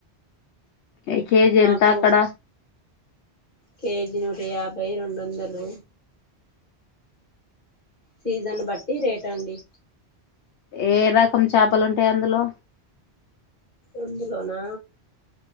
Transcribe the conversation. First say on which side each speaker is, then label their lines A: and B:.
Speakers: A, on the left (about 85°); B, on the left (about 50°).
A: ఎ కేజీ ఎంత
B: మాకు
A: అక్కడ.
B: కేజీ నూట యాభై, రెండు వందలు. సీజను బట్టి రేట్ అండి.
A: ఏ రకం చాపలుంటయి అందులో.
B: అందులోనా